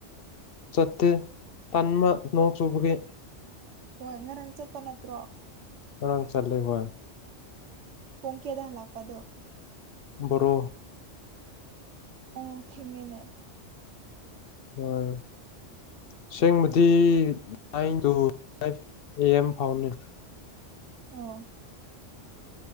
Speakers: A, on the left; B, on the right.
A: ꯆꯠꯇꯦ ꯇꯟꯕ ꯅꯣꯡ ꯆꯨꯕꯒꯤ
B: ꯍꯣꯏ ꯉꯔꯥꯡ ꯆꯠꯄ ꯅꯠꯇ꯭ꯔꯣ
A: ꯉꯔꯥꯡ ꯆꯠꯂꯦ ꯋꯥꯟ
B: ꯄꯨꯡ ꯀꯌꯥꯗ ꯍꯜꯂꯛꯄꯗꯣ
A: ꯕꯣꯔꯣ
B: ꯑꯣ ꯊꯦꯡꯉꯦꯅꯦ
A: ꯍꯣꯏ ꯑꯁꯦꯡꯕꯗꯤ nine two five A M ꯐꯥꯎꯅꯤꯗ
B: ꯑꯣ